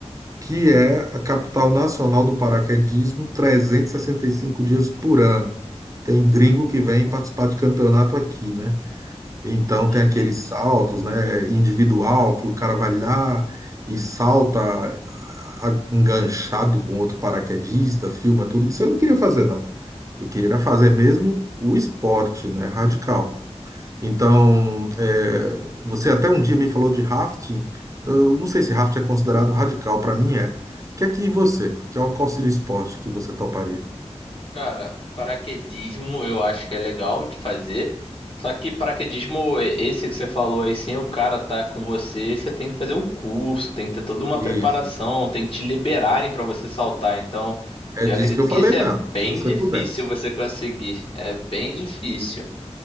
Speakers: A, on the right; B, on the left.
A: que é a capital nacional do paraquedismo, trezentos e e sessenta e cinco dias por ano. Tem gringo que vem participar de campeonato aqui, né? Então
B: uhum.
A: tem aqueles saltos, né, individual que o cara vai lá e salta a- enganchado com outro paraquedista, filma tudo. Isso eu não queria fazer, não. Eu queria era fazer mesmo o esporte, né, radical. Então, é, você até um dia me falou de rafting. Eu não sei se rafting é considerado radical, para mim é. O que é que você, qual qual seria o esporte que você toparia?
B: Cara, paraquedismo eu acho que é legal de fazer. Só que paraquedismo, e- esse que você falou aí, sem o cara tá com você, você tem que fazer um curso, tem que ter toda uma
A: Isso.
B: preparação, tem que te liberarem pra você saltar. Então,
A: É
B: eu
A: disso
B: acredito
A: que eu
B: que
A: falei
B: esse
A: mesmo,
B: é bem
A: se você
B: difícil
A: pudesse.
B: você conseguir. É bem difícil.